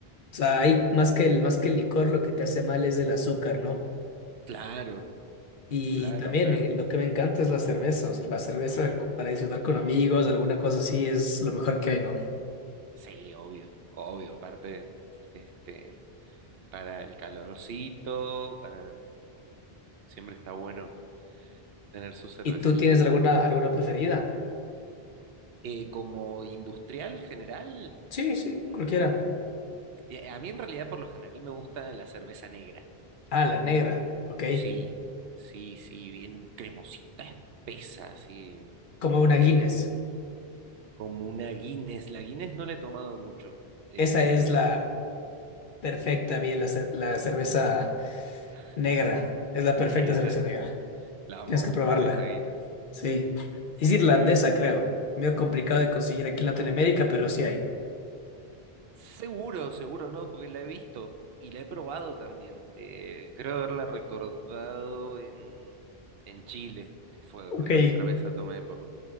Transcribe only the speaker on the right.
Claro,
claro,
claro.
Sí, obvio, obvio. Aparte, este, para el calorcito, para... Siempre está bueno tener su cervecita.
Eh, como industrial general.
Em,
eh, a mí en realidad por lo general me gusta la cerveza negra.
Sí, sí, sí, bien cremosita, espesa, así.
eh,
como una Guinness. La Guinness no la he tomado mucho. Eh,
<laughs>
ay, esa-
la vamos
a buscar
esa Guinness.
Eh,
Seguro, seguro no, porque la he visto y la he probado también. Eh, creo haberla recordado en, en Chile, que fue donde
más cerveza tomé por